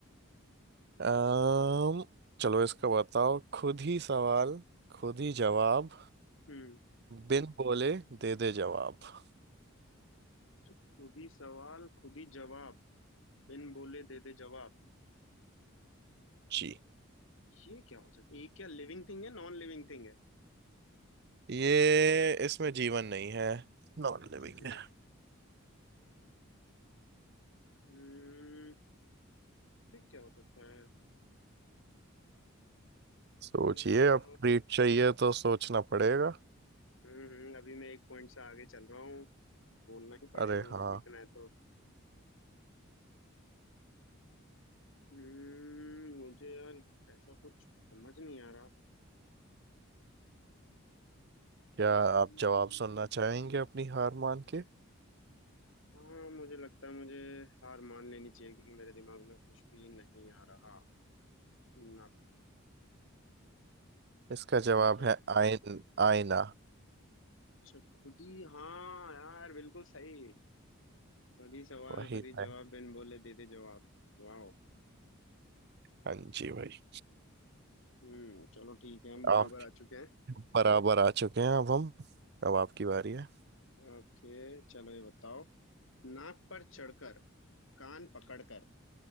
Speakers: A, on the right (about 50°); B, on the left (about 70°).
A: अम्म चलो इसका बताओ खुद ही सवाल खुद ही जवाब
B: हम्म
A: बिन बोले दे दे जवाब
B: तो खुद ही सवाल खुद ही जवाब बिन बोले दे दे जवाब
A: जी
B: ये क्या हो सकता है ये क्या लिविंग थिंग है नॉन लिविंग थिंग है
A: ये इसमें जीवन नहीं है नॉन
B: अच्छा
A: लिविंग
B: जी
A: है
B: हम्म फिर क्या हो सकता है
A: सोचिए
B: यार
A: अब ट्रीट चाहिए तो सोचना पड़ेगा
B: हम्म हम्म, अभी मैं एक पॉइंट से आगे चल रहा हूँ बोलना ही पड़ेगा
A: अरे
B: मुझे
A: हाँ
B: जीतना है तो हम्म मुझे यार ऐसा कुछ समझ नहीं आ रहा
A: क्या
B: हम्म,
A: आप जवाब सुनना चाहेंगे अपनी हार मान के
B: हाँ मुझे लगता है मुझे हार मान लेनी चाहिए क्योंकि मेरे दिमाग में कुछ भी नहीं आ रहा ना
A: इसका
B: पता
A: जवाब
B: नहीं क्या
A: है आयन आईना
B: अच्छा खुद ही हाँ यार बिल्कुल सही खुद ही सवाल
A: वही
B: खुद ही जवाब
A: है
B: बिन बोले दे दे जवाब वाह
A: हाँ जी भाई
B: हम्म चलो ठीक है हम बराबर
A: आप
B: आ चुके हैं
A: बराबर आ चुके हैं अब हम अब आपकी बारी है
B: ओके चलो ये बताओ नाक पर चढ़कर कान पकड़कर